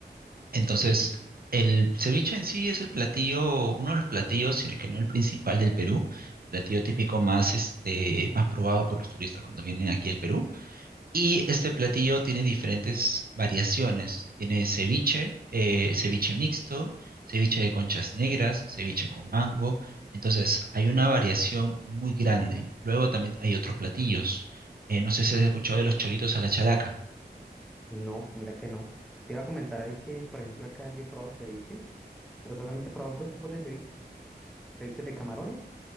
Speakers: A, on the right; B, in the centre.
A: Entonces,
B: ujú.
A: el ceviche en sí es el platillo, uno de los platillos, sino que no el principal del Perú, platillo típico más, este, más probado por los turistas cuando vienen aquí al Perú. Y este platillo tiene diferentes variaciones. Tiene ceviche, eh, ceviche mixto, ceviche de conchas negras, ceviche con mango. Entonces, hay una variación muy grande. Luego también hay otros platillos. Eh, no sé si has escuchado de los choritos a la chalaca.
B: No, mira que no. Te iba a comentar ahí que, por ejemplo, acá yo he probado ceviches, pero solamente he probado dos tipos de ceviches. Ceviches de camarones